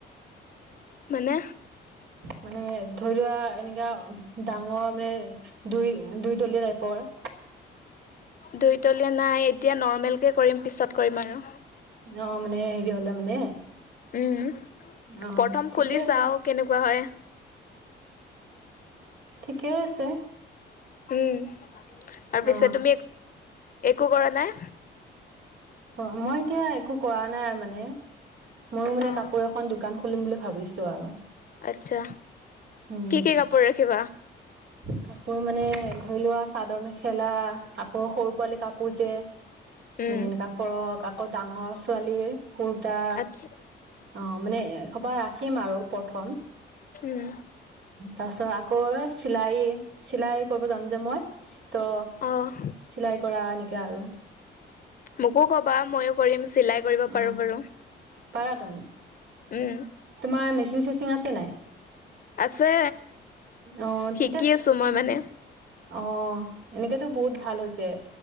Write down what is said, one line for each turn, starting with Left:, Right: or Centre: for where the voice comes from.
Left: মানে
Right: মানে ধৰি লোৱা এনেকাা ডাঙৰ মানে দুই-দুই তলীয়া টাইপৰ
Left: দুইতলীয়া নাই এতিয়া নৰ্মেল কে কৰিম পিছত কৰিম আৰু।
Right: ন মানে হেৰি হলে মানে
Left: উম,
Right: অ
Left: প্ৰথম
Right: ঠিকে
Left: খুলি
Right: আছে
Left: চাও কেনেকুৱা হয়।
Right: ঠিকেই আছে।
Left: উম, ত পিছে
Right: অ
Left: তুমি একো কৰা নাই।
Right: অ, মই এতিয়া একো কৰা নাই আৰু মানে ময়ো মানে
Left: অ',
Right: কাপোৰ এখন দোকান খুলিম বুলি ভাবিছো আৰু।
Left: আচ্ছা,
Right: উম
Left: কি-কি কাপোৰ ৰখিবা
Right: কাপোৰ মানে ধৰি লোৱা চাদৰ মেখেলা আকৌ সৰু পোৱালি কাপোৰ যে।
Left: উম,
Right: মানে এনেককা কৰৰক আকৌ ডাঙৰ ছোৱালীৰ কুৰ্তা।
Left: আচ্ছা
Right: অ' মানে এসপাহ ৰাখিম আৰু প্ৰথম।
Left: উম,
Right: তাৰপছত আকৌ চিলাই-চিলাই। জানো যে মই ত
Left: অ',
Right: চিলাই কৰা এনেকা আৰু।
Left: মোকো কবা মইো কৰিম চিলাই কৰিব
Right: অ
Left: পাৰো বাৰু।
Right: পাৰা তুমি।
Left: উম,
Right: তোমাৰ মেচিন চেচিং আছে নাই।
Left: আছে
Right: অ
Left: শিকি
Right: তেতিয়া
Left: আছো মই মানে।
Right: অ' এনেকেতো বহুত ভাল হৈছে